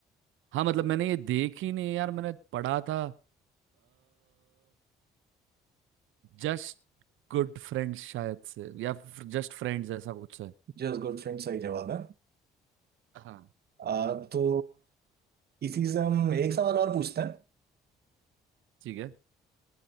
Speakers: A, on the right (about 80°); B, on the right (about 55°).
A: हाँ मतलब मैंने ये देखी नहीं यार मैंने पढ़ा था जस्ट गुड फ्रेंड्स शायद से या जस्ट फ्रेंड्स ऐसा कुछ है
B: जस्ट गुड फ्रेंड सही जवाब है
A: हाँ
B: अह, तो इसी से हम एक सवाल और पूछते हैं
A: ठीक है